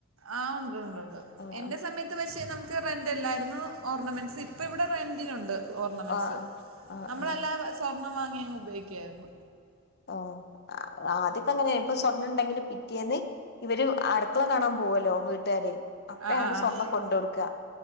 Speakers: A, on the right (about 80°); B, on the left (about 50°).
A: ആ ഉണ്ട്ണ്ട് ഉണ്ട്.
B: ആഹ്
A: എന്റെ സമയത്ത് പക്ഷേ നമുക്ക് ക്ക് റെന്റ്ല്ലായിരുന്നു ഓർണമെന്റ്സ് ഇപ്പ ഇവിടെ റെന്റിനൊണ്ട്. ഓർണമെൻസ്
B: ആഹ് ആഹ് ആഹ്
A: നമ്മളല്ലാതെ
B: ആഹ്
A: സ്വർണ്ണം വാ അങ് ഉപയോഗിക്കായിരുന്നു
B: ആ ആദ്യക്കെ അങ്ങനെയ ഇപ്പൊ സ്വർണ്ണം ഉണ്ടെങ്കിലും പിറ്റേന്ന് ഇവര് അടുക്കള കാണാൻ പോവോലോ വീട്ടാര് അപ്പഴാണ്
A: ആഹ് ആഹ്
B: സ്വർണം
A: ആഹ്
B: കൊണ്ട കൊടുക്കുക